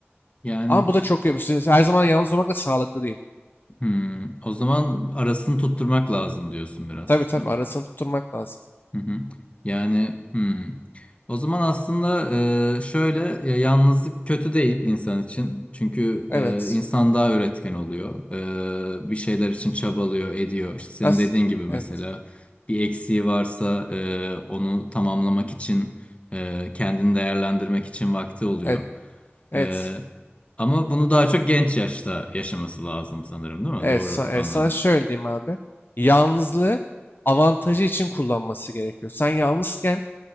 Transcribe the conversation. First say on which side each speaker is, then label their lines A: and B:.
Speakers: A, on the left (about 30°); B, on the left (about 50°).
A: yani
B: Ama bu da çok iyi. Her zaman yalnız olmak da sağlıklı değil.
A: hmm, o zaman arasını tutturmak lazım diyorsun biraz,
B: Tabii tabii
A: değil mi?
B: arasını tutturmak lazım.
A: Hı hı. Yani hmm. O zaman aslında e, şöyle ya yalnızlık kötü değil insan için. Çünkü
B: Evet.
A: e, insan daha üretken oluyor. E, bir şeyler için çabalıyor, ediyor. İşte senin
B: As
A: dediğin gibi mesela
B: evet.
A: bir eksiği varsa e, onu tamamlamak için e, kendini değerlendirmek için vakti oluyor.
B: Evet. Evet.
A: E, ama bunu daha çok genç yaşta yaşaması lazım sanırım, değil mi?
B: Evet.
A: Doğru
B: Sa- evet,
A: anladım.
B: Sana şöyle diyeyim abi. Yalnızlığı avantajı için kullanması gerekiyor. Sen yalnızken